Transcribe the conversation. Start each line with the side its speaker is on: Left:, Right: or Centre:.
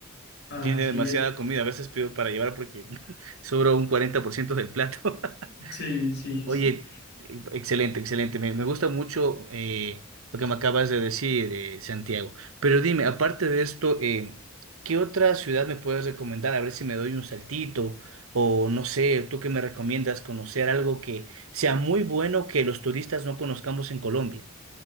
Left: Así
Right: tiene demasiada
Left: es.
Right: comida. A veces pido para llevar porque <laughs> sobra un 40% del plato. <laughs>
Left: Sí, sí,
Right: Oye,
Left: sí.
Right: e- excelente, excelente. Me, me gusta mucho eh, lo que me acabas de decir, eh, Santiago. Pero dime, aparte de esto, eh, ¿qué otra ciudad me puedes recomendar? A ver si me doy un saltito o no sé, ¿tú qué me recomiendas conocer algo que sea muy bueno que los turistas no conozcamos en Colombia?